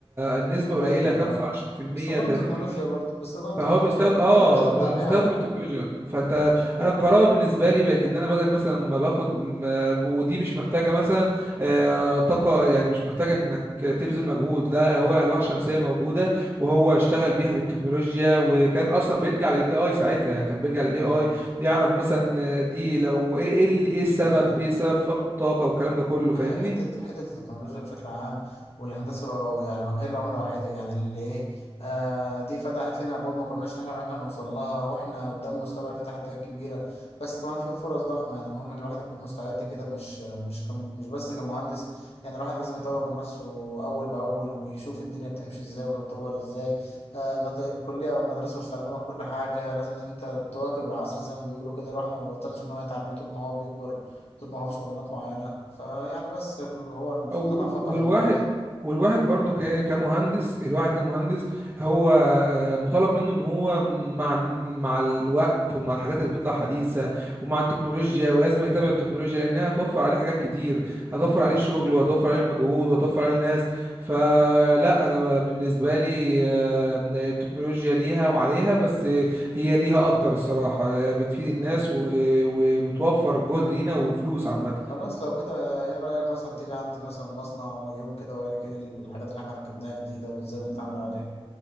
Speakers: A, on the right; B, on the left.
A: النسبة
B: قليل
A: قليلة 25%
B: اه باستخدام
A: 30%
B: التكنولوجيا برضه باستخدام التكنولوجيا
A: فهو بيستخدم
B: وكل
A: اه
B: حاجة بيعتمد
A: بيستخدم
B: عليها اه
A: التكنولوجيا فانت انا القراءه بالنسبه لي بقت ان انا بدل مثلا ما باخد م- ودي مش محتاجه مثلا آه، طاقه يعني مش محتاجه انك تبذل مجهود لا
B: مم.
A: هو الواح شمسيه موجوده وهو اشتغل بيها بالتكنولوجيا وكان اصلا بيرجع للاي اي ساعتها يعني كان بيرجع للاي
B: مم.
A: اي يعرف مثلا آه، دي لو ايه ايه ال- إيه السبب
B: هي
A: ايه سبب فقد الطاقه والكلام ده كله فاهمني
B: هي حتة حتة التكنولوجيا بشكل عام والهندسة بقوا يعني واجهين لعملة واحدة يعني اللي إيه آه دي فتحت لنا أبواب ما كناش نحلم إن إحنا نوصل لها وإحنا قدام مستقبل فيه تحديات كبيرة بس كمان في فرص ضخمة يعني المهم إن الواحد يكون مستعد كده مش مش كم مش بس كمهندس يعني الواحد لازم يطور من نفسه أول بأول ويشوف الدنيا بتمشي إزاي وتتطور إزاي آه المد... الكلية أو المدرسة مش تعلمك كل حاجة لازم إن أنت تواكب العصر زي ما بيقولوا كده الواحد ما بيبطلش إن هو يتعلم طول ما هو بيكبر بتطبع في شغلانات معينة فيعني بس ال- هو المفروض
A: و-
B: إن احنا نفكر
A: والواحد
B: في الموضوع ده
A: والواحد برضو ك- كمهندس الواحد كمهندس هو آه، مطالب منه ان هو مع مع الوقت ومع الحاجات اللي بتطلع حديثة ومع التكنولوجيا ولازم يتابع التكنولوجيا لانها هتوفر عليه حاجات كتير هتوفر
B: مم.
A: عليه شغل وهتوفر عليه مجهود وهتوفر عليه ناس فلا انا ب- بالنسبة لي آه، التكنولوجيا ليها وعليها بس هي ليها اكتر الصراحة هي بتفيد
B: مم.
A: الناس و- وبتوفر جهد لينا وفلوس عامة
B: خلاص لو كده ايه رأيك مثلا تيجي عندي مثلا مصنع وما يوم كده وأوريك إيه الحاجات اللي احنا ركبناها جديدة وازاي بنتعامل عليها